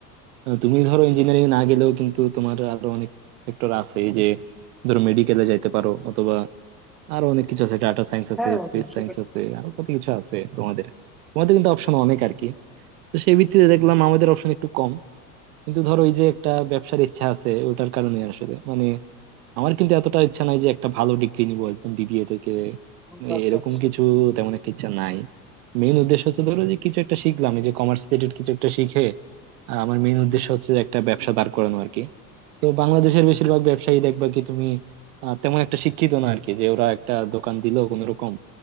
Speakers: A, on the right; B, in the centre.
A: আহ, তুমি ধরো ইঞ্জিনিয়ারিং না গেলেও কিন্তু তোমার আরো অনেক সেক্টর আছে এই যে ধরো মেডিকেলে যাইতে পারো অথবা আরো অনেক কিছু আছে ডাটা সায়েন্স আছে
B: হ্যাঁ বন্ধু
A: স্পেস
B: সেটা
A: সায়েন্স
B: ঠিক
A: আছে আরো কত কিছু আছে তোমাদের তোমাদের কিন্তু অপশন অনেক আর কি তো সেই ভিত্তিতে দেখলাম আমাদের অপশন একটু কম কিন্তু ধরো এই যে একটা ব্যবসার ইচ্ছা আছে ওটার কারণে আসলে মানে আমার কিন্তু এতটা ইচ্ছা নাই যে একটা ভালো ডিগ্রি নিব একদম বিবিএ থেকে
B: বন্ধু,
A: এ-
B: আচ্ছা
A: এরকম
B: আচ্ছা
A: কিছু তেমন একটা ইচ্ছা নাই মেইন উদ্দেশ্য হচ্ছে ধরো যে কিছু একটা শিখলাম এই যে কমার্স রিলেটেড কিছু একটা শিখে আহ, আমার মেইন উদ্দেশ্য হচ্ছে যে একটা ব্যবসা দাঁড় করানো আর কি তো বাংলাদেশের বেশিরভাগ ব্যবসায়ী দেখবা কি তুমি আহ, তেমন একটা শিক্ষিত না আর কি যে ওরা একটা দোকান দিল কোনো রকম